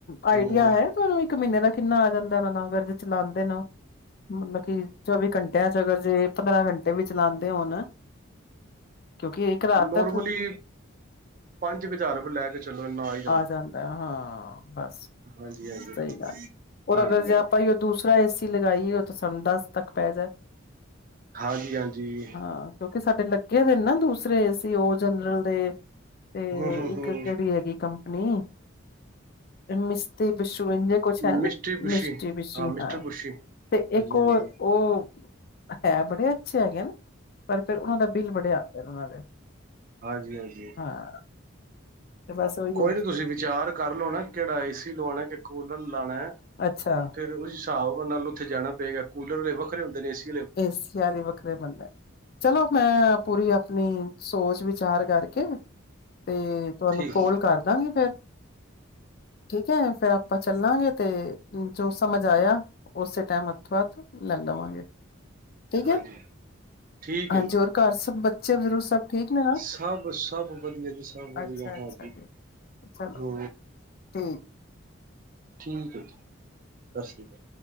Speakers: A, on the left (about 50°); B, on the right (about 40°).
A: ਆਈਡੀਆ
B: ਹੂੰ
A: ਹੈ। ਤੁਹਾਨੂੰ ਇੱਕ ਮਹੀਨੇ ਦਾ ਕਿੰਨਾ ਆ ਜਾਂਦਾ ਤਾਂ ਕਰ ਕੇ ਚਲਾਉਂਦੇ, ਨੇ ਮਤਲਬ ਕੀ ਚੌਵੀ ਘੰਟਿਆਂ ਚ ਅਗਰ ਜੇ ਪੰਦਰਾਂ ਘੰਟੇ ਵੀ ਚਲਾਂਦੇ ਹੋਣ, ਕਿਉਂਕਿ ਇੱਕ ਰਾਤ
B: ਨੋਰਮਲੀ
A: ਤੇ ਪੂ
B: ਪੰਜ ਹਜ਼ਾਰ ਰੁਪਏ ਲੈ ਕੇ ਚਲੋ ਇੰਨਾ ਆਈ।
A: ਆ ਜਾਂਦਾ, ਹਾਂ ਬਸ,
B: ਹਾਂਜੀ ਹਾਂਜੀ
A: ਸਹੀ ਗੱਲ
B: ਹਾਂਜੀ
A: ਰ ਅਗਰ ਜੇ
B: ਹਾਂਜੀ
A: ਆਪਾਂ ਹੀ, ਦੂਸਰਾ ਏਸੀ ਲਗਾਈਏ, ਉਹ ਤਾਂ ਸਾਨੂੰ ਦਸ ਤੱਕ ਪੈ ਜਾਏ।
B: ਹਾਂਜੀ- ਹਾਂਜੀ।
A: ਹਾਂ, ਕਿਉਂਕਿ ਸਾਡੇ ਲੱਗੇ ਦੇ ਨਾ ਦੂਸਰੇ ਸੀ ਉਹ ਜਨਰਲ ਦੇ ਤੇ
B: ਹੂੰ ਹੂੰ
A: ਇੱਕ
B: ਹੂੰ
A: ਜਿਹੜੀ ਹੈਗੀ ਕੰਪਨੀ, ਮਿਸਤੀ ਬਸ਼ੂ ਇਜ ਕੁਛ ਹੈ ਨਾ,
B: ਮਿਸਟਰੀ ਬੁਸ਼ੀ
A: ਮਿਸਟੀ ਵਿਸ਼ੀ
B: ਮਿਸਟਰ
A: ਹਾਂ
B: ਬੁਸ਼ੀ
A: ਤੇ
B: ਹਾਂਜੀ
A: ਇੱਕ ਉਹ
B: ਹਾਂਜੀ
A: -ਉਹ ਹੈ ਬੜੇ ਅੱਛੇ ਹੈਗੇ ਨਾ, ਪਰ ਫਿਰ ਉਹਨਾਂ ਦਾ ਬਿੱਲ ਬੜੇ ਆਉਦਾ ਫ ਉਹਨਾਂ ਦੇ
B: ਹਾਂਜੀ -ਹਾਂਜੀ।
A: ਹਾਂ। ਤੇ ਬਸ ਉਹੀ
B: ਕੋਈ ਨੀ, ਤੁਸੀਂ ਵਿਚਾਰ ਕਰ ਲੋ ਨਾ ਕਿਹੜਾ ਏ ਸੀ ਲਵਾਉਣਾ, ਕਿ ਕੂਲਰ ਲਾਉਣਾ।
A: ਅੱਛਾ
B: ਫੇਰ ਉਸ ਹਿਸਾਬ ਨਾਲ ਉੱਥੇ ਜਾਣਾ ਪਏਗਾ ਕੂਲਰ ਵੱਖਰੇ ਹੁੰਦੇ ਨੇ ਏ ਸੀ
A: ਏ ਸੀ ਆ ਦੀ ਵੱਖ ਬੰਦਾ ਚਲੋ, ਮੈਂ ਪੂਰੀ ਆਪਣੀ ਸੋਚ ਵਿਚਾਰ ਕਰਕੇ ਤੇ ਤੁਹਾਨੂੰ
B: ਠੀਕ
A: ਕੋਲ ਕਰ ਦਾਂਗੀ ਫੇਰ, ਠੀਕ ਹੈ ਫੇਰ ਆਪਾਂ ਚੱਲਾਂਗੇ ਤੇ ਜੋ ਸਮਝ ਆਇਆ,
B: ਠੀਕ
A: ਉਸੇ ਟਾਈਮ ਹੱਥੋਂ ਹੱਥ ਲੈ ਲਵਾਂਗੇ। ਠੀਕ
B: ਹਾਂਜੀ
A: ਹੈ,
B: ਠੀਕ
A: ਹਾਂਜੀ
B: ਹੈ ਜੀ
A: ਹੋਰ ਘਰ ਸਭ ਬੱਚੇ ਬਜ਼ਰੁਰਗ ਸਭ ਠੀਕ ਨੇ ਨਾ
B: ਸਭ ਸਭ ਵਧੀਆ ਜੀ ਸਭ ਵਧੀਆ
A: ਅੱਛਾ ਅੱਛਾ
B: ਹਾਂਜੀ
A: ਜੀ ਚਲੋ
B: ਹੋ!
A: ਠੀਕ
B: ਠੀਕ ਹੈ, ਜੀ ਸਤਿ ਸ਼੍ਰੀ ਅਕਾਲ।